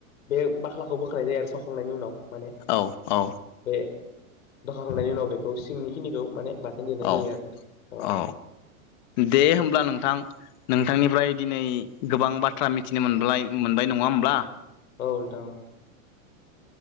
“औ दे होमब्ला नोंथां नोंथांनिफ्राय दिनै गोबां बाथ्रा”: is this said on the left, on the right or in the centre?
Left